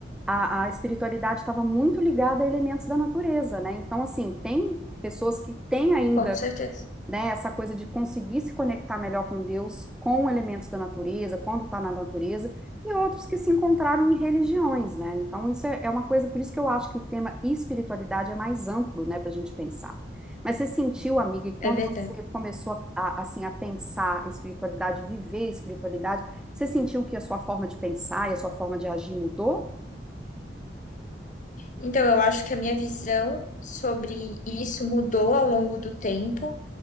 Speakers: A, in the centre; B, on the left.
A: a, a espiritualidade estava muito ligada a elementos da natureza, né, então, assim, tem pessoas que têm ainda
B: com certeza,
A: né? Essa coisa de conseguir se conectar melhor com Deus, com elementos da natureza, quando está na natureza, e outros que se encontraram em religiões, né? Então, isso é é uma coisa, por isso que eu acho que o tema espiritualidade é mais amplo, né, para a gente pensar. Mas você sentiu, amiga, e quando
B: é verdade.
A: você começou a, a- assim, a pensar espiritualidade, viver espiritualidade, você sentiu que a sua forma de pensar e a sua forma de agir mudou?
B: Então, eu acho que a minha visão sobre isso mudou ao longo do tempo.